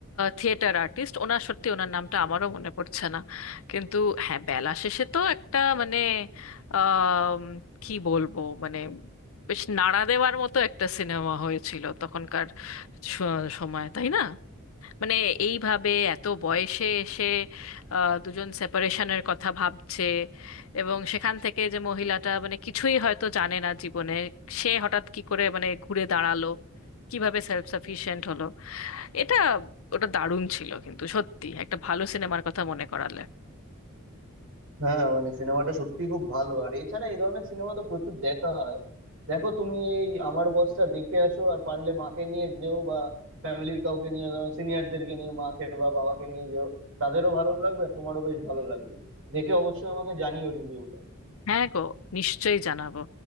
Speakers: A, on the left; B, on the right.
A: থিয়েটার আর্টিস্ট ওনার সত্যি ওনার নামটা আমারও মনে পড়ছে না কিন্তু হ্যাঁ বেলা শেষে তো একটা মানে আম, কি বলবো মানে বেশ নাড়া দেওয়ার মতো একটা সিনেমা হয়েছিল তখনকার স- সময় তাই না মানে এইভাবে এত বয়সে এসে আহ, দুজন সেপারেশনের কথা ভাবছে এবং সেখান থেকে যে মহিলাটা মানে কিছুই হয়তো জানে না জীবনে সে হঠাৎ কি করে মানে ঘুরে দাঁড়ালো কিভাবে সেলফ সাফিশিয়েন্ট হলো এটা ওটা দারুণ ছিল কিন্তু সত্যি একটা ভালো সিনেমার কথা মনে করালে
B: হ্যাঁ মানে সিনেমাটা সত্যি খুব ভালো আর এছাড়া এই ধরনের সিনেমা তো প্রচুর দেখা হয় দেখো তুমি এই আমার বসটা দেখে আসো আর পারলে মাকে নিয়ে যেও বা ফ্যামিলির কাউকে নিয়ে সিনিয়রদেরকে নিয়ে মাকে বা বাবাকে নিয়ে যেও তাদেরও ভালো লাগবে আর তোমারও বেশ ভালো লাগবে দেখে অবশ্যই আমাকে জানিও রিভিউটা
A: হ্যাঁ গো নিশ্চয়ই জানাবো